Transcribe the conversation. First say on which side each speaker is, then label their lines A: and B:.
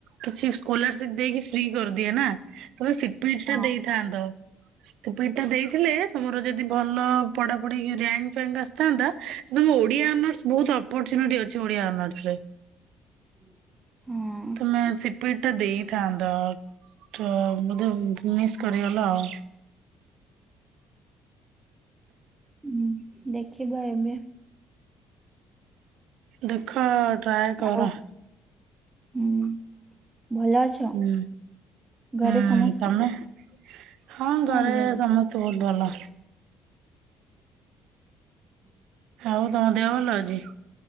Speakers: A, on the right; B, on the right.
A: କିଛି ସ୍କୋଲାରସିପ ଦେଇକି ଫ୍ରି କରିଦିଏ ନା। ତମେ ସି ପି
B: ହଁ
A: ଟା ଦେଇଥା ଥାନ୍ତ ସି ପି ଟି ଟା ଦେଇଥିଲେ ତମର ଯଦି ଭଲ ପଢାପଢି ଇଏ ର୍ୟାଙ୍କ ରିଆଙ୍କ ଆସିଥାନ୍ତା କିନ୍ତୁ ଓଡିଆ ଅନର୍ସ ବହୁତ ଅପରଚୁନିଟି ଅଛି ଓଡିଆ ଅନର୍ସରେ।
B: ହଁ।
A: ତମେ ସି ପି ଟ ଟା ଦେଇଥାନ୍ତା ତ ବୋଧେ ମିସ୍ କରିଗଲ ଆଉ।
B: ହୁଁ ଦେଖିବା ଏବେ।
A: ଦେଖ ଟ୍ରାଏ କର।
B: ଆଉ ହୁଁ ଭଲ ଅଛ?
A: ହୁଁ
B: ଘରେ
A: ହୁଁ
B: ସମସ୍ତେ?
A: ତମେ ହଁ
B: ମୁଁ
A: ଘରେ
B: ଭଲ ଅଛି।
A: ସମସ୍ତେ ବହୁତ ଭଲ।
B: ହୁଁ।
A: ଆଉ ତମ ଦେହ ଭଲ ଅଛି?